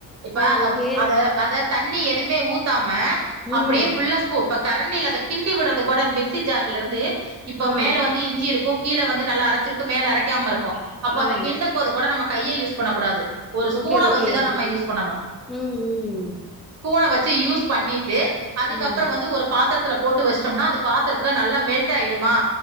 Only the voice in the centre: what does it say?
ஆ
ஓகே
ம்
ஆ
ஆ
ஓகே ஓகே
ம் ம்
ம்